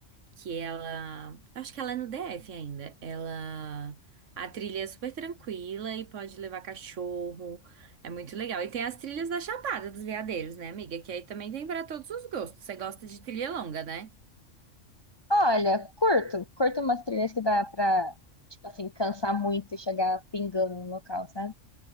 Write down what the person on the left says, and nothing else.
Olha, curto, curto umas trilhas que dá pra, tipo assim, cansar muito e chegar pingando no local, sabe?